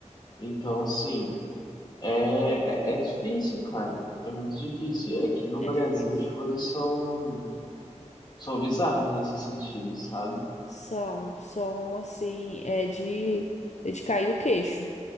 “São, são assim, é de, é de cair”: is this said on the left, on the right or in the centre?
Left